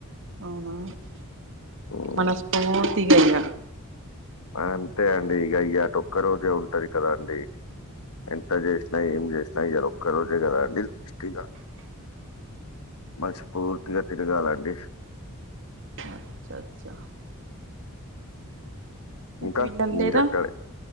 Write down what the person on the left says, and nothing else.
హ్మ్.
అంతే అండి ఇక అయ్యాట ఒక్క రోజే ఉంటది కదా అండి ఎంత చేసినా ఏమి చేసినా ఇయల ఒక రోజే కదా అండి పుష్టిగా <inaudible> మనస్పూర్తిగా తిరిగలండి
ఇంకా
మీరెక్కడే